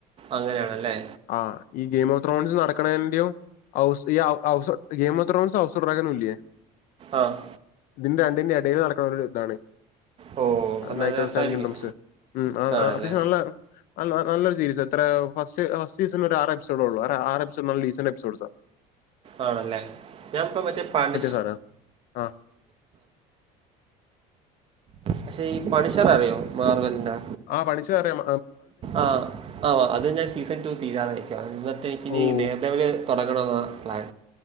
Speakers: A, on the right; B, on the left.
A: അങ്ങനെയാണല്ലേ
B: ആഹ് ഈ ഗെയിം ഓഫ് ത്രോൺസ് നടക്കണതിന്റെയോ ഒരു സ്ത്രിയെ - ഗെയിം ഓഫ് ത്രോഡന് ഹൌസ് ഓഫ് ഡ്രാഗൺ ഇല്ലേ
A: ആ
B: ഇതിന്റെ രണ്ടിന്റെ ഇടയിൽ നടക്കണ ഒരു ഇതാണ്
A: ഓ അപ്പം നല്ല
B: നൈറ്റ്
A: രസമായിരിക്കും
B: ഓഫ് <unintelligible> ആഹ്
A: ആണല്ലേ
B: അത്യാവശ്യം നല്ല നലൊരു സീരീസ് എത്ര ഫസ്റ്റ് ഫസ്റ്റ് സീസണിൽ ഒരു ആറ് എപ്പിസോഡേ ഉള്ളൂ ആറ് - <unintelligible> മൾ ടീസൺ എപ്സോഡ്സ.
A: ആണല്ലേ ഞാനിപ്പോ മറ്റേ-
B: സാധനാ ആഹ്
A: പക്ഷെ ഈ പണിഷ‌ർ അറിയോ മാർവൽന്റെ.
B: ആഹ് പണിഷ്‌ <unintelligible> ർ അറിയാം
A: ആഹ് ആഹ് അതിന്റെ സീസൺ ടു തീരാറയക്കാം എന്നിട്ട് എനിക്ക് ഇനി,
B: ഓഹ്
A: - തൊടങ്ങണൊന്നാ പ്ലാൻ.